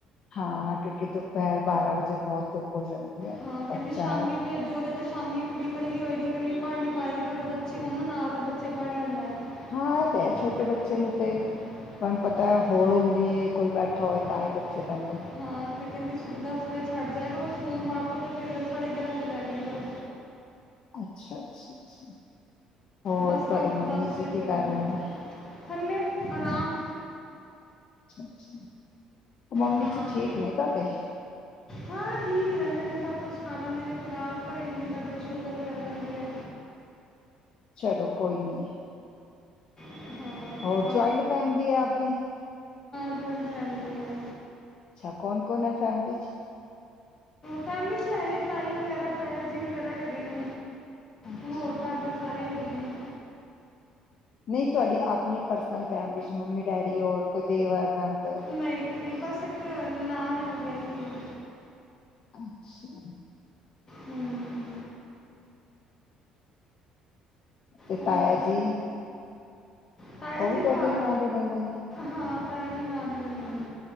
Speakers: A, on the left (about 45°); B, on the left (about 25°).
A: ਹਾਂ, ਕਿਉਂਕਿ ਦੁਪਹਿਰ ਬਾਰਾਂ ਵਜੇ ਬਹੁਤ ਧੁੱਪ ਹੋ ਜਾਂਦੀ ਹੈ,
B: ਹਾਂ ਕਹਿੰਦੀ
A: ਬੱਚਾ
B: ਸ਼ਾਮੀ
A: ਹੈ
B: ਭੇਜੋਗੇ ਤੇ ਸ਼ਾਮੀ ਕੁੜੀ ਇਕੱਲੀ ਹੋਏਗੀ ਇਕੱਲੀ ਪੜ੍ਹ ਨਹੀਂ ਪਾਏਗੀ, ਥੋੜੇ ਬੱਚੇ ਹੋਣ ਨਾ, ਨਾਲ ਤਾਂ ਬੱਚੇ ਪੜ੍ਹ ਲੈਂਦਾ ਹੈ।
A: ਹਾਂ ਇਹ ਤੇ ਹੈ
B: <unintelligible>
A: ਛੋਟੇ ਬੱਚੇ ਨੂੰ ਤੇ ਤੁਹਾਨੂੰ ਪਤਾ ਹੈ ਹੋਲ ਹੁੰਦੀ ਹੈ ਕੋਈ ਬੈਠਾ ਹੋਏ ਤਾਂ ਹੀ ਬੱਚੇ ਬਹਿੰਦੇ
B: ਹਾਂ, ਤੇ ਕਹਿੰਦੀ ਦੱਸ ਵਜੇ ਛੱਡ ਜਾਏ ਸੋਮਵਾਰ ਤੋਂ ਤੇ ਫਿਰ ਸਾਡੇ ਗਿਆਰਾਂ ਵਜੇ ਲੈ ਜਾਇਆ ਕਰੋ।
A: ਅੱਛਾ, ਅੱਛਾ। ਅੱਛਾ ਹੋਰ
B: ਬਸ,
A: ਤੁਹਾਡੇ
B: ਕੱਲ੍ਹ
A: ਮੰਮੀ
B: ਤੋਂ ਦੱਸ ਵਜੇ
A: ਜੀ ਕੀ
B: ਛੱਡ
A: ਕਰ
B: ਆਂਗੀ,
A: ਰਹੇ ਨੇ
B: ਥੱਲੇ ਆਰਾਮ
A: <unintelligible> ਉਹ ਮੰਮੀ
B: ਹਾਂ,
A: ਜੀ ਠੀਕ ਨੇ ਤੁਹਾਡੇ
B: ਹਾਂ ਠੀਕ ਹੀ ਰਹਿੰਦੇ ਨੇ। ਸਭ ਕੁਛ ਖਾ ਲੈਦੇ ਨੇ ਫਿਲਹਾਲ, ਪਰਹੇਜ ਨੀ ਕਰਦੇ, ਸ਼ੂਗਰ ਵਗੈਰਾ ਰਹਿੰਦੀ ਹੈ।
A: ਚਲੋ, ਕੋਈ ਨੀ।
B: <unintelligible> ਹਾਂ,
A: ਹੋਰ ਜੁਆਇੰਟ ਫੈਮਿਲੀ ਹੈ ਆਪਦੀ
B: ਜਵਾਇੰਟ ਫੈਮਿਲੀ ਹੈ,
A: ਅੱਛਾ ਕੌਣ ਕੌਣ ਹੈ ਫੈਮਿਲੀ ਚ
B: ਫੈਮਿਲੀ ਚ' ਹੈ <unintelligible> ਤਾਈ ਵਗੈਰਾ, ਤਾਇਆ ਜੀ ਵਗੈਰਾ ਹੈਗੇ ਨੇ।
A: ਅੱਛਾ
B: ਹੋਰ, ਘਰ ਦੇ ਸਾਰੇ ਹੈਗੇ। ਹੁੰ
A: ਨਹੀਂ ਤੁਹਾਡੀ ਆਪਣੀ ਪਰਸਨਲ ਫੈਮਿਲੀ 'ਚ' ਮੰਮੀ, ਡੈਡੀ ਹੋਰ ਕੋਈ ਦੇਵਰ, ਨੰਦ
B: ਨਹੀਂ ਨਹੀਂ ਬਸ ਇੱਕ ਨਨਾਣ ਹੈ ਉਹ ਵਿਆਹੀ ਦੀ ਏ
A: ਅੱਛਾ
B: ਹੁੰ
A: ਤੇ
B: ਹੋਰ
A: ਤਾਇਆ ਜੀ?
B: ਤਾਇਆ
A: ਉਹ
B: ਜੀ
A: ਵੀ, ਤੁਹਾਡੇ
B: ਘਰ
A: ਨਾਲ ਹੀ ਰਹਿੰਦੇ ਨੇ।
B: ਹਾਂ ਤਾਇਆ ਜੀ, ਨਾਲ ਈ ਰਹਿੰਦੇ ਨੇ।